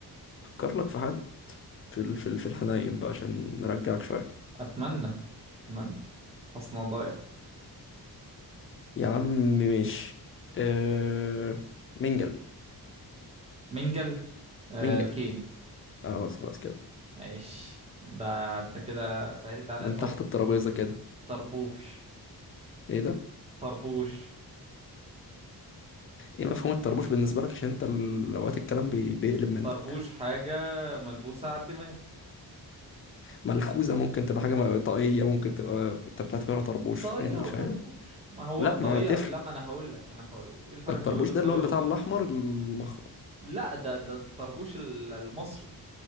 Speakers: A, on the left; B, on the right.
A: افكر لك في حد في ال- في ال- في الحنايم بقى عشان نرجعك شويه
B: اتمنى اتمنى حسنا ضايع
A: يا عم ماشي أه منجل
B: منجل آه...
A: منجل
B: كين
A: اه بس خلاص كده
B: عيش ده انت كده سهلت عليا
A: من
B: طب
A: تحت الترابيزه كده
B: طربوش
A: ايه ده
B: طربوش
A: ايه مفهوم الطربوش بالنسبه لك عشان انت ال- اوقات الكلام بي- بيقلب منك
B: طربوش حاجة ملبوسة على الدماغ
A: ملخوذه ممكن تبقى حاجه طاقيه ممكن تبقى انت بتعتبرها طربوش
B: طاقية
A: يعني
B: وطربوش
A: فاهم
B: ما هو
A: لا
B: الطاقية
A: ما تفرق
B: لا ما انا هقول لك انا هقول لك ايه الفرق
A: الطربوش
B: ما بين الطاقية
A: ده اللي هو
B: والطربوش
A: بتاع الاحمر المخ...
B: لا ده ده الطربوش ال- المصري